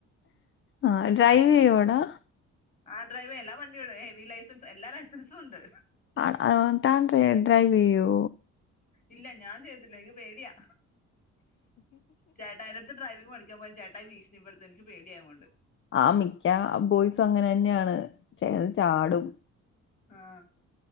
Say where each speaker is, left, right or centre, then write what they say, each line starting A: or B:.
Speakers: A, on the left (about 40°); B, on the left (about 25°).
A: ആ ഡ്രൈവ് ചെയ്‌യുവോടാ
B: ആ ഡ്രൈവ് ചെയ്യും എല്ലാ വണ്ടിയോടും ഹെവി ലൈസൻസ് എല്ലാ ലൈസൻസും ഒണ്ട്
A: ആ, ആ, താൻ ഡ്ര- ഡ്രൈവ് ചെയ്യോ
B: ഇല്ല ഞാൻ ചെയ്യത്തില്ല അയ്യോ പേടിയാ ചേട്ടാ അതിന്നാത്ത് ഡ്രൈവിങ്ങ് പഠി - <unintelligible> ചേട്ടായി ഭീഷണിപ്പെടുത്തും എനിക്ക്‌ പേടിയാ അത് കൊണ്ട്
A: ആ മിക്ക ബോയ്സും അങ്ങനെ തന്നെയാണ് അ <unintelligible> കെടന്ന് ചാടും
B: ആ